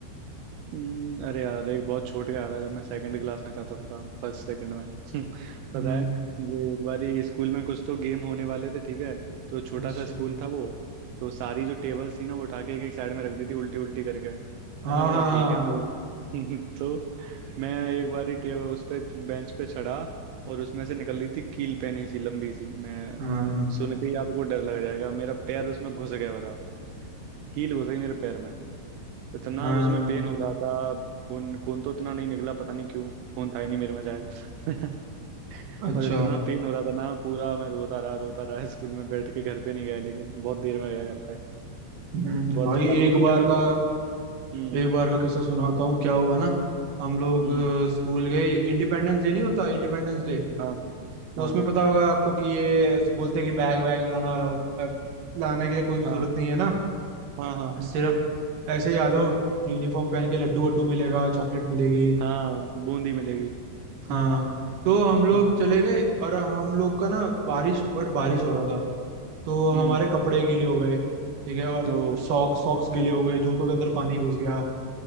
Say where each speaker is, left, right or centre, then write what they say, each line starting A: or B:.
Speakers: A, on the right; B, on the right.
A: हम्म, अरे यार एक बहुत छोटे का याद है जब मैं सेकंड क्लास में था तब का फर्स्ट सेकंड में <laughs> पता
B: हम्म,
A: है जो एक बारी स्कूल में कुछ तो गेम होने वाले थे ठीक है तो छोटा
B: अच्छा
A: सा स्कूल था वो तो सारी जो टेबल्स थी ना वो उठा के एक एक साइड में रख दी थी उल्टी उल्टी करके
B: हाँ
A: मैंने बोला
B: हाँ हाँ
A: ठीक है तो <laughs> तो मैं एक बारी टेबल उस पे बेंच पे चढ़ा और उसमें से निकल रही थी कील पेनी सी लंबी सी मैं
B: हाँ हाँ
A: सुन के ही आपको डर लग जाएगा मेरा पैर उसमें घुस गया बताओ कील घुस गई मेरे पैर में इतना
B: हाँ
A: उसमें पेन हो रहा था खून खून तो उतना नहीं निकला पता नहीं क्यों खून था ही नहीं मेरे में शायद <laughs>
B: अच्छा
A: और इतना पेन हो रहा था ना पूरा मैं रोता रहा रोता रहा स्कूल में बैठ के घर पे नहीं गया लेकिन बहुत देर में गया घर पे
B: हम्म,
A: बहुत
B: भाई
A: अभी
B: एक
A: भी
B: बार
A: अभी
B: का
A: भी हम्म
B: एक बार का किस्सा सुनाता हूँ क्या हुआ ना हम लोग
A: हम्म
B: अ, स्कूल गए इंडिपेंडेंस डे नहीं होता इंडिपेंडेंस डे
A: हाँ
B: तो
A: हाँ
B: उसमें पता होगा आपको कि ये बोलते हैं कि बैग वैग लाना अलाउड लाने की तो कोई
A: हाँ
B: जरूरत नहीं है ना
A: हाँ हाँ
B: सिर्फ ऐसे ही आ जाओ यूनिफॉर्म पहन के लड्डू वड्डू मिलेगा चॉकलेट मिलेगी
A: हाँ बूंदी मिलेगी <laughs>
B: हाँ तो हम लोग
A: हाँ
B: चले गए और हम लोग का ना बारिश और बारिश हो रहा था तो हमारे
A: हम्म
B: कपड़े गीले हो गए ठीक है और
A: ओ
B: सॉक्स सॉक्स गीले हो गए जूतों के अंदर पानी घुस गया